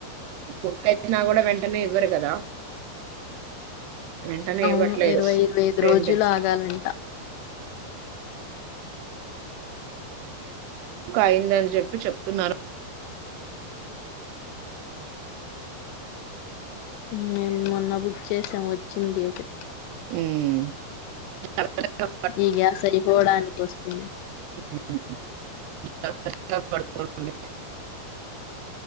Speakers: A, on the right (about 80°); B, on the left (about 85°).
A: బుక్ అయిిన కూడా వెంట వెంటనే ఇవ్వరు కదా వెంటనే
B: అవును
A: ఇవ్వట్లేదు
B: ఇరవై ఇరవై ఐదు
A: టెన్
B: రోజులు
A: డేస్
B: ఆగాలంట
A: అయిందని చెప్పి చెప్తున్నారు
B: మేము మొన్న బుక్ చేసాం వచ్చింది ఒకటి
A: ఉమ్ జాగ్రత్తగా
B: ఈగ సరి పోవడానికి వస్తుంది
A: <unintelligible> <unintelligible>